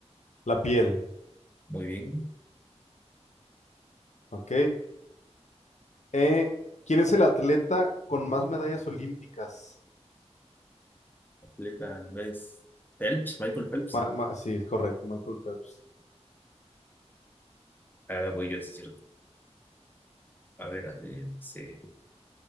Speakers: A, on the left (about 85°); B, on the left (about 15°).
A: la piel,
B: Muy bien.
A: ¿ok? Eh, ¿quién es el atleta con más medallas olímpicas?
B: Atleta, ¿ves? Phelps, Michael Phelps.
A: Ma- ma- sí, es correcto, Michael Phelps.
B: Ahora voy yo, sí es cierto. A ver, a ver. dice,